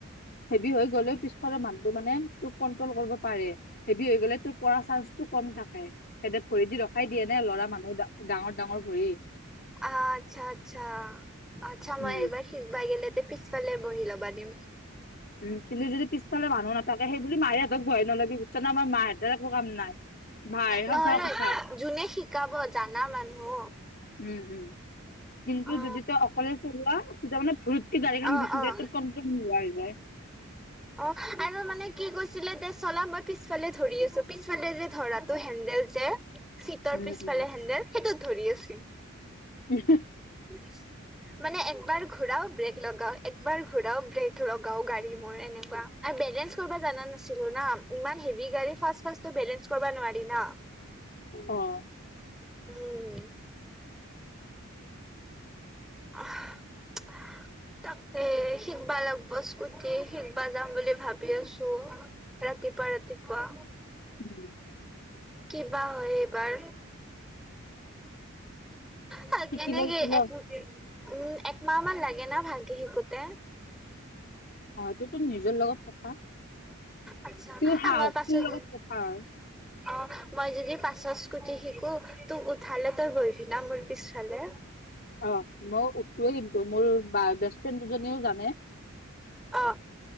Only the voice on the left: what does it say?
হেভি হৈ গ'লেও পিছফালৰ মানুহটো মানে তোক কন্ট্ৰল কৰিব পাৰে। হেভি হৈ গ'লে তোৰ পৰা চান্সটো কম থাকে। সিহঁতে ভৰি দি ৰখাই দিয়ে নে ল'ৰা মানুহ ডাঙৰ-ডাঙৰ ভৰি।
উম।
উমঁ, কোনো যদি পিছালে মানুহ নাথাকে সেই বুলি মায়েহঁতক বহাই নলবি। <unintelligible> আমাৰ মাহঁতৰ একো কাম নাই ভাই
সঁচা
কথা।
উমঁ-হুম। কিন্তু
যদি তই অকলে চলোৱা তেতিয়া মানে ফুতকে গাড়ীখন
গুচি
যায় ত' কমপ্লে নোলোৱা হৈ যায়।
উম
উম
হুম-হুম।
অ'।
উম।
শিকি
ল শিকি ল।
অ' ত তো নিজৰ লগত কথা
তোৰ সাহস
তোৰ লগত কথা হয়
অ' মই উঠোৱৱে কিন্তু মোৰ বেষ্ট ফ্ৰেণ্ড দুজনীও জানে।